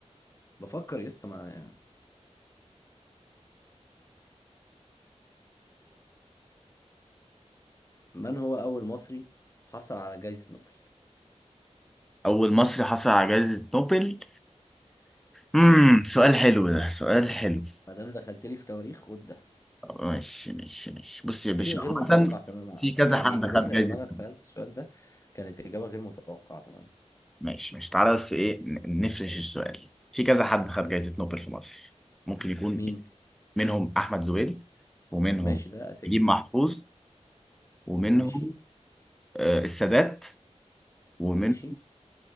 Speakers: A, on the left; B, in the centre.
A: <clears throat> بفكر يسطا مع من هو اول مصري حصل على جائزة نوبل
B: أول مصري حصل على جائزة نوبل امم
A: اه
B: سؤال حلو ده سؤال حلو
A: ما دام دخلت لي في تواريخ خد ده
B: ماشي ماشي ماشي بص يا باشا
A: شيء غير متوقع
B: عامة
A: تماما
B: في
A: عامة
B: كذا
A: يعني
B: حد
A: إجابتها
B: خد جائزة
A: لما أنا اتسألت
B: نوبل
A: السؤال ده كانت إجابة غير متوقعة تماما
B: ماشي ماشي تعالى بس إيه ن- نفرش السؤال في كذا حد خد جائزة نوبل في مصر ممكن يكون
A: مين؟
B: منهم أحمد زويل ومنهم
A: ماشي ده أساسي
B: نجيب محفوظ ومنهم
A: ماشي
B: آه السادات ومن
A: ماشي